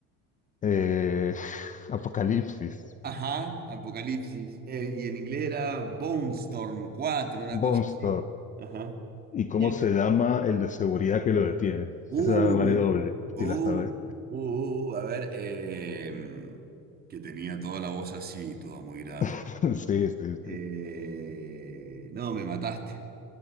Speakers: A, on the left; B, on the right.
A: Eh, <laughs> <sighs> Apocalipsis,
B: ajá, Apocalipsis. Eh, y en inglés era Bone Storm 4 una
A: Bone
B: cosa
A: Store.
B: así. Ajá.
A: ¿Y cómo
B: Bien.
A: se llama el de seguridad que lo detiene?
B: Uh,
A: Esa vale doble,
B: uh,
A: si la sabes.
B: uh, uh, a ver, eh, que tenía toda la voz así, toda muy grave.
A: <laughs> Sí, sí,
B: Eh,
A: sí.
B: no, me mataste.